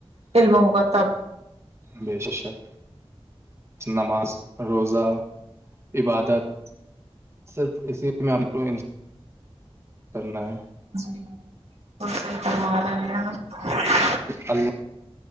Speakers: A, on the right (about 85°); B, on the right (about 25°).
A: دل بہ ہو کاا تب
B: بے ش شک نماز روزہ عبادت صرف اسی میں کو کرنا ہے
A: جی ب اور صحی فرما رہے ہیں ن
B: اللہ